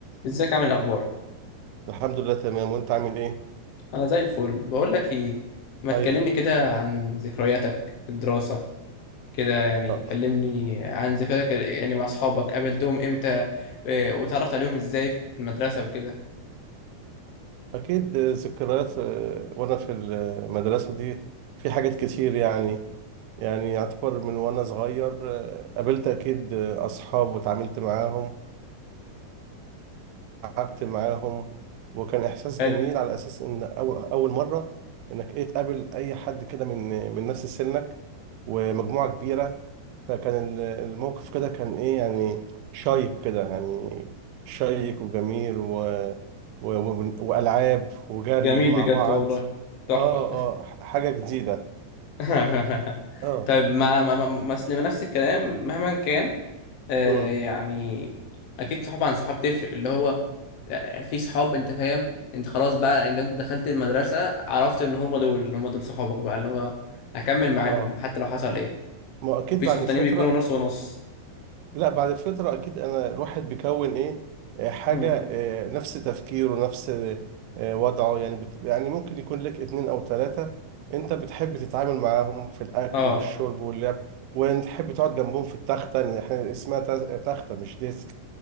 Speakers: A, on the left; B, on the right.
A: ازيك عامل إيه الاخبار
B: الحمد لله تمام وانت عامل ايه
A: انا زي الفل بقول لك ايه ما
B: ايوه
A: تكلمني كده عن ذكرياتك في الدراسه كده يعني
B: آه.
A: كلمني عن ذكرياتك يعني مع اصحابك قابلتهم امتى آه، وتعرفت عليهم ازاي في المدرسه وكده
B: اكيد آه، ذكريات آه، وانا في المدرسه دي في حاجات كتير يعني يعني يعتبر من وانا صغير آه، قابلت اكيد آه، اصحاب وتعاملت معاهم قعدت معاهم وكان احساس
A: حلو
B: جميل على اساس ان أو اول مره انك ايه تقابل اي حد كده من من نفس سنك ومجموعه كبيره فكان ال- الموقف كده كان ايه يعني شيق كده يعني شيق وجميل و... و... و... والعاب وجري
A: جميل
B: مع
A: بجد
B: بعض
A: والله تحفه
B: اه اه حاجه جديده
A: <laughs>
B: اه
A: طيب ما ما ما ما- أصل نفس الكلام مهما كان آه
B: امم
A: يعني اكيد صحاب عن صحاب تفرق اللي هو آه، في صحاب انت فاهم انت خلاص بقى اللي انت دخلت المدرسة عرفت ان هم دول اللي هم دول صحابك بقى اللي هو هكمل معاهم
B: اه
A: حتى لو حصل
B: ما
A: ايه
B: ما اكيد
A: وفي
B: بعد
A: صحاب تانيين
B: فتره
A: بيكونوا نص ونص
B: لا بعد فترة أكيد أنا الواحد بيكون إيه آه، حاجة
A: مم.
B: آه، نفس تفكيره نفس آه، وضعه يعني بت... يعني ممكن يكون لك اتنين أو تلاتة أنت بتحب تتعامل معاهم في الأكل
A: اه
B: والشرب واللعب وتحب تقعد جنبهم في التختة يعني إحنا اسمها تز- تختة مش ديسك